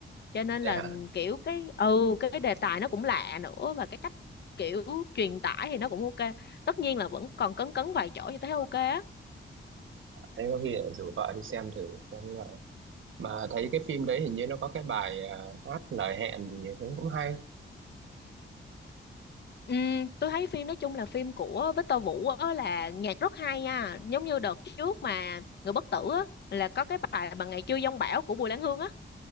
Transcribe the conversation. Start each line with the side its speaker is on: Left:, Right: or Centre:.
Left: cho nên
Right: thế
Left: là
Right: hả
Left: kiểu cái ừ cái đề tài nó cũng lạ nữa và cái cách kiểu truyền tải thì nó cũng ok tất nhiên là vẫn còn cấn cấn vài chỗ như thấy ok á
Right: thế có khi lại rủ vợ đi xem thử Không ngờ. mà thấy cái phim đấy hình như nó có cái bài ờ, hát lời hẹn gì thế cũng hay
Left: Ừ, tôi thấy phim nói chung là phim của Victor Vũ á, là nhạc rất hay nha giống như đợt trước mà Người Bất Tử á, là có cái bài mà Ngày Chưa Giông Bão của Bùi Lan Hương á